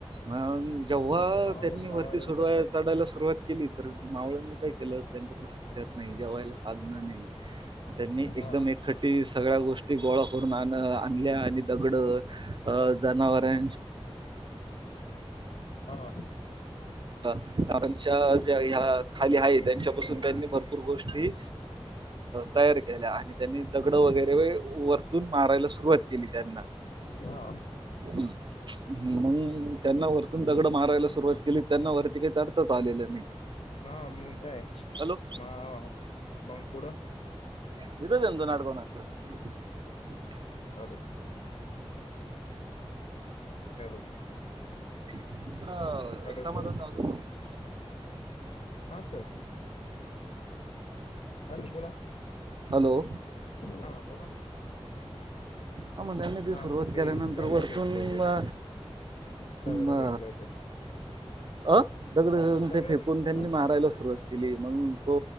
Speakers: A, on the right; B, on the left.
A: म्हण जेव्हा
B: आपलं हचा
A: त्यांनी वरती
B: आवाजच
A: सोडवाय
B: तसा आहे
A: चढायला सुरुवात केली तर मावळांनी काय केलं त्यांच्याकडे हत्यार नाही जेवायला साधनं नाही त्यांनी एकदम
B: हा
A: एकट्ठे सगळ्या गोष्टी गोळा करून आण आणल्या आणि दगडं अ जनावरां
B: हा
A: कारणच्या ज्या ह्या खाली आहे त्यांच्यापासून त्यांनी भरपूर पूर गोष्टी तयार केल्या आणि त्यांनी दगडं वगैरे व तून मारायला सुरुवात केली त्यांना
B: हा
A: मंग त्यांना वर तीतून दगड मारायला सुरुवात केली त्यांना वरती काय चढतांच आलेलं नाही.
B: हा मंग काय
A: हॅलो
B: मा मंग पुढ
A: <inaudible>
B: हॅलो हॅलो
A: तिकडं
B: हॅलो
A: समाधान
B: सर
A: चालवत <unintelligible> तुझी बाईक
B: हा सर हॅलो बोला
A: हॅलो
B: हा बोला ना
A: ह म्हणज त्यांनी ती सुरुवात
B: हा मग ते
A: केल्यानंतर
B: दगड
A: वरतून
B: फेकले होते
A: म
B: दगड
A: म
B: फेकले होते
A: अ दगडून
B: दगड
A: ते फेकून
B: फेकले
A: त्यांनी
B: होते आपल्या
A: मारायला
B: मावशी
A: सुरुवात
B: पण
A: केली मंग तो